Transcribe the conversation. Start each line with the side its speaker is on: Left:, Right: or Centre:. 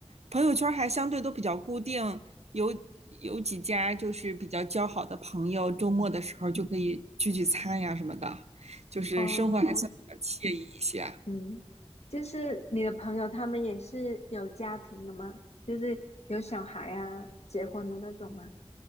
Right: 朋友圈儿还相对都比较固定，有有几家就是比较交好的朋友，周末的时候就可以聚聚餐呀什么的，就是生活还算比较惬意一些。
Left: 哦，嗯，就是你的朋友他们也是有家庭的吗？就是有小孩啊，结婚的那种吗？